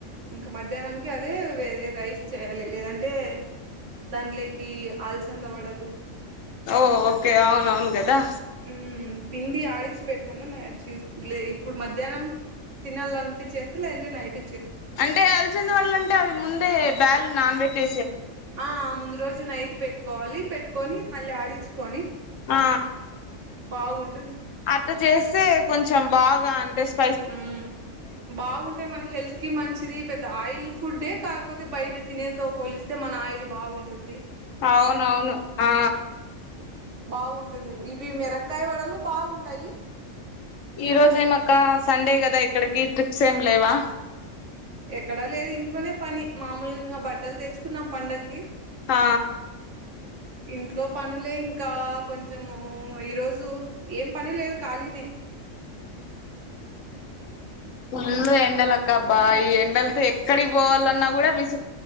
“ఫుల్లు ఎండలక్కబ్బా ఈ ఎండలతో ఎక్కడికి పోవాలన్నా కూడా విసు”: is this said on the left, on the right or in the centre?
Left